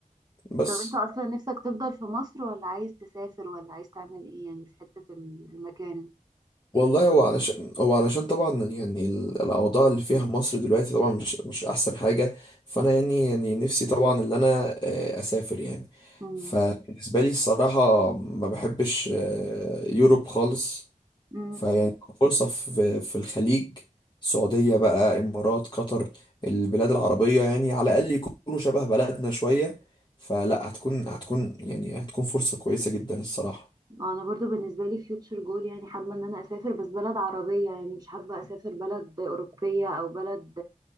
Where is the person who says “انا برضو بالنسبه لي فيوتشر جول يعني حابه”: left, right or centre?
Right